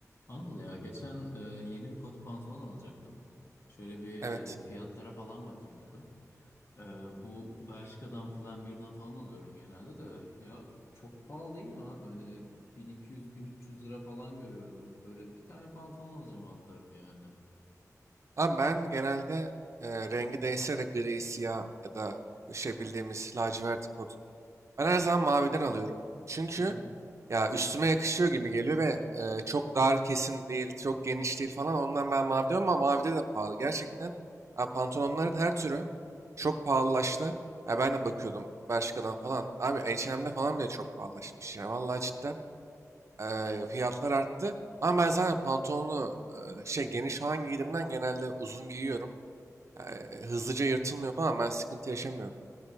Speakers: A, on the left; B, on the right.
A: Anıl ya geçen e, yeni bir kot pantolon alacaktım. Şöyle bir
B: Evet.
A: e, fiyatlara falan bakayım dedim. E, bu Bershka'dan Plan 1'den falan alıyorum genelde de. Ya çok pahalı değil mi abi? Hani 1200-1300 lira falan görüyorum hep. Böyle bir tane pantolon alacağım alt tarafı yani.
B: Ama ben genelde e, rengi değişse de gri, siyah ya da şey bildiğimiz lacivert kod. Ben her zaman maviden alıyorum. Çünkü
A: Hı
B: ya üstüme yakışıyor gibi geliyor ve e, çok dar kesim değil, çok geniş değil falan. Ondan ben mavi diyorum ama mavide de pahalı. Gerçekten ya pantolonların her türü çok pahalılaştı. Ya ben de bakıyordum Bershka'dan falan. Abi H&M'de falan bile çok pahalılaşmış ya. Vallahi cidden. Eee, fiyatlar arttı. Ama ben zaten pantolonu eee, şey geniş falan giydiğimden genelde uzun giyiyorum. Eee,
A: hı.
B: hızlıca yırtılmıyor falan ben sıkıntı yaşamıyorum.